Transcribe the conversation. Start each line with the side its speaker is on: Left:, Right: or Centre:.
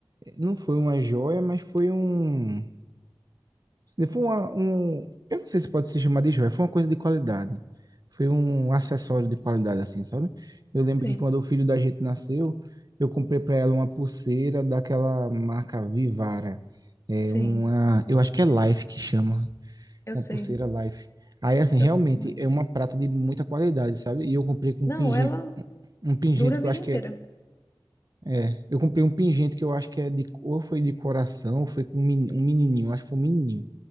Right: não foi uma joia, mas foi um Se for uma- um, eu não sei se pode se chamar de joia, foi uma coisa de qualidade. Foi um acessório de qualidade, assim, sabe? Eu lembro
Left: Sim,
Right: que quando o filho da gente nasceu, eu comprei para ela uma pulseira daquela marca Vivara. É
Left: sim,
Right: uma, eu acho que é Life que chama,
Left: eu
Right: uma
Left: sei,
Right: pulseira Life. Aí, assim, realmente
Left: eu sei como é.
Right: é uma prata de muita qualidade, sabe? E eu comprei com
Left: Não,
Right: um pingente,
Left: ela
Right: um pingente
Left: dura a
Right: que
Left: vida
Right: eu acho
Left: inteira.
Right: que é. É, eu comprei um pingente que eu acho que é de, ou foi de coração, ou foi com um meni- um menininho, acho que foi um menininho